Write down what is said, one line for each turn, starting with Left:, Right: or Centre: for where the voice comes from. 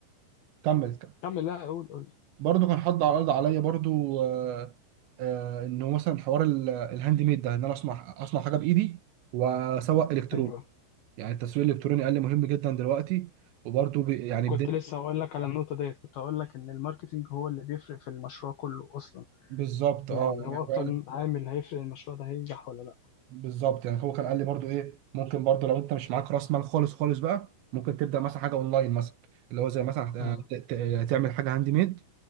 Right: كمل كمل
Left: كمل لا قول قول
Right: برضه كان حد عرض عليا برضه آه، آه، انه مثلا حوار ال- الهاند ميد ده ان انا اصنع اصنع حاجه بايدي واسوق الكتروني
Left: ايوه
Right: يعني التسويق الالكتروني قال لي مهم جدا دلوقتي وبرضه بي- يعني
Left: كنت
Right: بدأت
Left: لسه هقول لك على النقطه ديت كنت هقول لك ان الماركتينج هو اللي بيفرق في المشروع كله اصلا
Right: بالظبط
Left: يعني
Right: اه
Left: هو اكتر
Right: يعني
Left: عامل هيفرق المشروع ده هينجح ولا لا
Right: بالظبط يعني هو كان قال لي برضو ايه ممكن برضو لو انت مش معاك راس مال خالص خالص بقى ممكن تبدا مثلا حاجه اونلاين مثلا اللي هو زي مثلا
Left: مم.
Right: آه، ت- ت- تعمل حاجه هاند ميد